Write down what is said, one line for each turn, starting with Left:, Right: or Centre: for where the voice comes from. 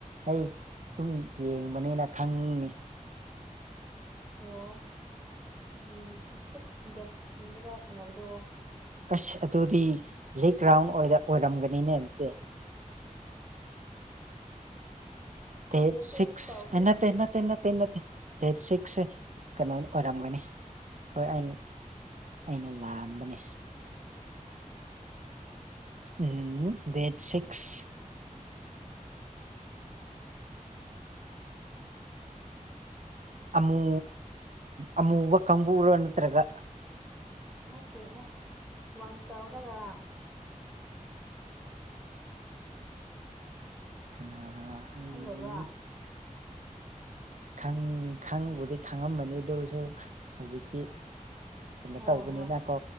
Right: ꯑꯩ ꯑꯗꯨꯝ ꯌꯦꯡꯕꯅꯦꯅ ꯈꯪꯅꯤ
Centre: ꯑꯣ ꯎꯝ ꯁꯤꯛꯁ ꯗꯦꯠ ꯁꯤꯛꯁ ꯀꯨꯝꯕꯗꯔꯥ ꯁꯥꯟꯅꯕꯗꯣꯕꯨ
Right: ꯑꯁ ꯑꯗꯨꯗꯤ ꯂꯤꯛ ꯔꯥꯎꯟ ꯑꯣꯏꯔꯝꯒꯅꯤꯅꯦ ꯑꯗꯨꯗꯤ
Centre: ꯈꯪꯗ꯭ꯔꯦꯁꯨ
Right: ꯗꯦꯠ ꯁꯤꯛꯁ
Centre: ꯑꯩꯁꯨ ꯀꯥꯎꯈ꯭ꯔꯦ
Right: ꯑꯦ ꯅꯠꯇꯦ ꯅꯠꯇꯦ ꯅꯠ ꯇꯦ ꯅꯠꯇꯦ ꯗꯦꯠ ꯁꯤꯛꯁꯁꯦ ꯀꯩꯅꯣ ꯑꯣꯢꯔꯝꯒꯅꯤ ꯍꯣꯢ ꯑꯩꯅꯤ ꯑꯩꯅ ꯂꯥꯟꯕꯅꯦ ꯎꯝ ꯗꯦꯠ ꯁꯤꯛꯁ ꯑꯃꯨ ꯑꯃꯨꯕ ꯀꯥꯡꯕꯨꯔꯣ ꯅꯠꯇ꯭ꯔꯒ
Centre: ꯅꯠꯇꯦꯍꯦ ꯋꯥꯡ ꯆꯥꯎꯔꯒ
Right: ꯀꯅꯥꯔꯥ ꯍꯥꯏꯔꯤ
Centre: ꯈꯪꯗꯕ꯭ꯔꯥ
Right: ꯈꯪ ꯈꯪꯕꯨꯗꯤ ꯈꯪꯉꯝꯃꯅꯤ ꯑꯗꯨꯁꯨ ꯍꯧꯖꯤꯛꯇꯤ ꯀꯩꯅꯣ
Centre: ꯍꯣꯢ
Right: ꯇꯧꯕꯅꯤꯅꯀꯣ
Centre: ꯍꯣꯢ